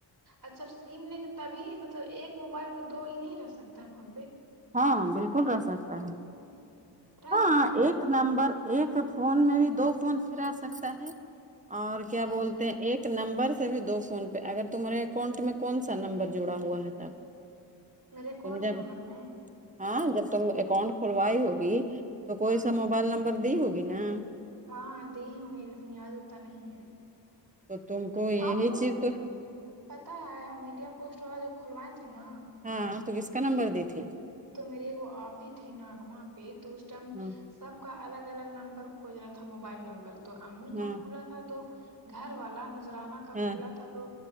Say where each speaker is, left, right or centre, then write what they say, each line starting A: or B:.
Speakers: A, on the right; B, on the right.
A: اچھا سم لیں گے تبھی مطلب ایک موبائل میں دو ہی نہیں رہ سکتا ہے فون پہ
B: ہاں بالکل رہ سکتا ہے
A: رہ
B: ہاں
A: سکتا ہے
B: ایک نمبر ایک فون میں بھی دو فون پھرا سکتا ہے اور کیا
A: اچھا
B: بولتے ہیں ایک نمبر سے بھی دو فون پہ اگر تمہارے اکاؤنٹ میں کون سا نمبر جڑا ہوا ہے تب
A: میرے اکاؤنٹ
B: تم جب
A: نمبر میں
B: ہاں جب تم اکاؤنٹ کھلوائی ہوگی تو کوئی
A: ہاں
B: سا موبائل نمبر دی ہوگی نا
A: ہاں د ہی ہوں گے لیکن یاد ہوتا نہیں ہے
B: تو تم کو یہی
A: ہاں فون
B: چیز تو
A: پتا ہے ہم انڈیا پوسٹ والا جو کھلوائے تھے نا
B: ہاں تو کس کا نمبر دی تھی
A: تو میرے وہ آپ ہی تھے ناگما پہ تو اس ٹائم
B: ہاں
A: سب کا الگ الگ نمبر کھج رہا تھا موبائل نمبر تو امی
B: ہاں
A: کا کھلا تھا تو گھر والا نذرانہ کا
B: ہاں
A: کھلا تھا تو